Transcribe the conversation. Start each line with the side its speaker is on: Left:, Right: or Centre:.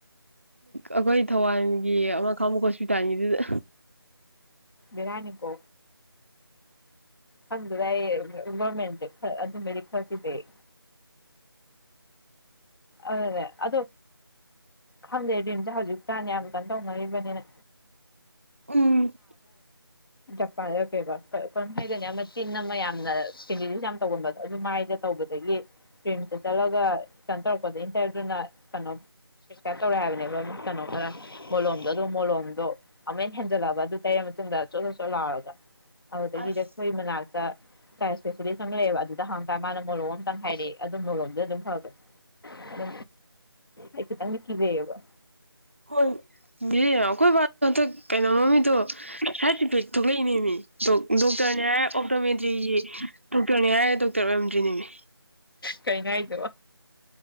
Right: ꯑꯩꯈꯣꯏ ꯊꯧꯕꯥꯜꯒꯤ ꯑꯃ ꯈꯪꯕꯠ ꯇꯉꯗꯤꯗ
Left: ꯂꯩꯔꯅꯤꯀꯣ ꯍꯪ ꯂꯏ ꯒꯣꯔꯃꯦꯟꯁꯦ ꯑꯗꯨꯝꯕꯗꯤ ꯈꯔꯗꯤꯖꯩ ꯑꯗꯦ ꯑꯗꯣ ꯈꯪꯗꯦ ꯝꯁꯦ ꯍꯧꯖꯤꯛ ꯆꯥꯅꯤ ꯌꯥꯝ ꯀꯟꯅ ꯇꯧꯅꯔꯤꯕꯅꯤꯅ
Right: ꯎꯝ
Left: ꯖꯄꯥꯟꯗꯀꯦꯕ ꯀꯔꯝ ꯍꯥꯏꯒꯅꯤ ꯑꯃ ꯇꯤꯟ ꯑꯃ ꯌꯥꯝꯅ ꯀꯦꯟꯗꯤꯁ ꯌꯥꯝꯅ ꯇꯧꯒꯟꯕꯗꯣ ꯑꯗꯨ ꯃꯥꯏꯗ ꯇꯧꯕꯗꯒꯤ ꯔꯤꯝꯁꯇ ꯆꯠꯂꯒ ꯇꯟ ꯇꯧꯔꯛꯄꯗ ꯏꯟꯇꯔꯗꯨꯅ ꯀꯩꯅꯣꯀ꯭ꯔꯞ ꯇꯧꯔꯦ ꯍꯥꯏꯕꯅꯦꯕ ꯀꯩꯅꯣ ꯃꯣꯂꯣꯝꯗꯣ ꯑꯗꯨ ꯃꯣꯂꯣꯝꯗꯣ ꯑꯃꯨꯛꯦꯟꯅ ꯍꯦꯟꯖꯜꯂꯛꯑꯕ ꯑꯗꯨ ꯇꯩꯔ ꯃꯇꯨꯡꯗ ꯆꯣꯠ ꯆꯣꯠ ꯆꯣꯠ ꯂꯥꯎꯔꯒ ꯑꯗꯨꯗꯒꯤꯗꯤꯈꯣꯏ
Right: ꯑꯁ
Left: ꯃꯅꯥꯛꯇ ꯆꯥꯏ ꯏꯁꯄꯦꯁꯤꯂꯤꯁ ꯑꯃ ꯂꯩꯑꯕ ꯑꯗꯨꯗ ꯍꯥꯡꯀꯥꯟ ꯃꯥꯅ ꯃꯣꯔꯣꯝ ꯑꯇꯪ ꯍꯥꯏꯔꯛꯑꯦ ꯑꯗꯨꯝ ꯃꯣꯔꯝꯗ ꯑꯗꯨꯝ ꯐꯔꯛꯦ ꯑ ꯑꯩ ꯇ ꯀꯗꯕ
Right: ꯍꯣꯏ ꯌꯦ ꯀꯣꯏ ꯅꯠꯇ ꯀꯩꯅꯣ ꯃꯃꯤꯗꯣ ꯁꯥꯁꯤ ꯇꯨꯡꯂꯅꯤꯃꯤ ꯗꯣꯛꯇꯔꯅ ꯍꯥꯏ ꯑꯣꯗꯣ ꯃ ꯗꯣꯛꯇꯔꯅ ꯍꯥꯏ ꯗꯣꯛꯇꯔ ꯑꯣꯏꯔꯝꯗ꯭ꯔꯤꯅꯦꯃꯤ
Left: ꯀꯩ ꯉꯅꯥꯥꯏꯗꯕ